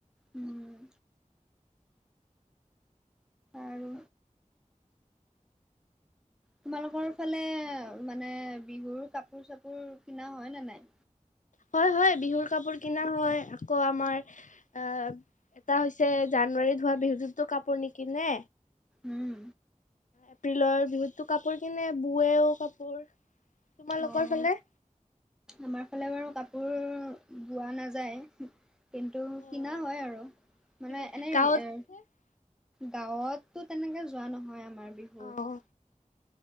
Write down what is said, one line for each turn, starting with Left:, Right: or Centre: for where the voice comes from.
Centre: উম আৰু তোমালোকৰ ফালে মানে বিহুৰ কাপোৰ চাপোৰ কিনা হয় নে নাই।
Left: হয় হয় বিহুৰ কাপোৰ কিনা হয় আকৌ আমাৰ এ এটা হৈছে জানুৱাৰীত হোৱা বিহুটোততো কাপোৰ নিকিনে।
Centre: উম।
Left: এপ্ৰিলৰ বিহুততো কাপোৰ কিনে বুৱেও কাপোৰ তোমালোকৰ
Centre: অ',
Left: ফালে
Centre: আমাৰ ফালে বাৰু কাপোৰ বোৱা নাযায়। কিন্তু
Left: অ',
Centre: কিনা হয় আৰু। মানে
Left: কিনা
Centre: এনেই
Left: গাঁৱততো
Centre: এ গাঁৱততো তেনেকে যোৱা নহয় আমাৰ বিহুত।
Left: অ'।